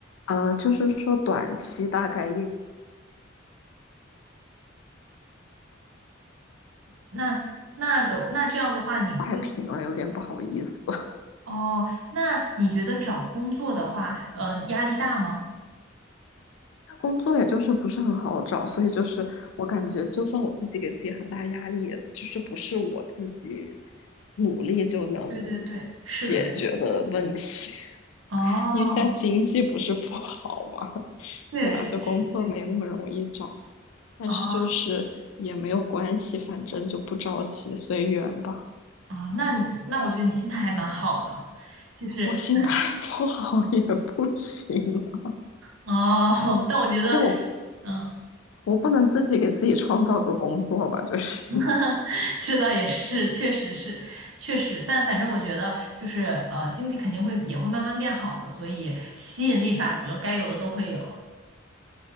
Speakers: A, on the left; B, on the right.
A: 呃，就是说短期大概一
B: 那那都那这样子的话，你会觉
A: 太平了，有点不好意思。
B: 哦？那你觉得找工作的话，呃，压力大吗？
A: 工作也就是不是很好找，所以就是我感觉，就算我自己给自己很大压力，也就是不是我自己努力就能
B: 对对对，是的，
A: 解决的问题，
B: 是的。哦，
A: <laughs> 因为现在经济不是不好嘛，
B: 确实是去
A: 对啊，就工作没那么容易找，但是就是也没有关系，
B: 哦
A: 反正就不着急，随缘吧。
B: 哦，那你那我觉得你心态还蛮好的，就是哎
A: 我心态 <laughs> 不好也不行啊
B: 哦，<laughs> 但我觉得
A: 对我，
B: 嗯。
A: 我不能自己给自己创造个工作吧，就是。
B: <laughs> 这倒也是，确实是，确实，但反正我觉得就是呃，经济肯定会也会慢慢变好的，所以吸引力法则该有的都会有。